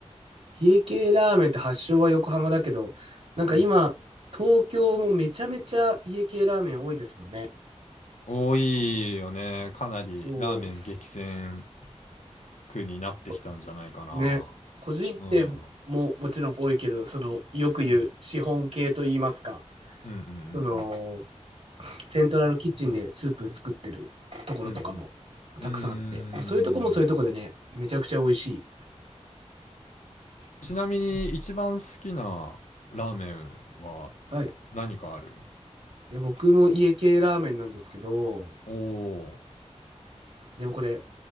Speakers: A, on the right; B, on the left.
A: 家系ラーメンって発祥は横浜だけど、なんか今、
B: うん。
A: 東京もめちゃめちゃ家系ラーメン多いですもんね。
B: 多いよね。かなりラーメン激戦
A: そう。
B: 区になってきたんじゃないかな。
A: こね。個人店ももちろん多いけど、
B: うん。
A: その、よく言う資本系と言いますか、
B: うん。うんうんうん
A: その、セントラルキッチンでスープ作ってるところとかもたくさんあって、
B: うんうんうん。うんうん。うん。
A: まあそういうとこもそういうとこでね、めちゃくちゃ美味しい。
B: ちなみに一番好きなラーメンは
A: はい。
B: 何かある
A: いや、僕も家系ラーメンなんですけど、
B: おお
A: でもこれ、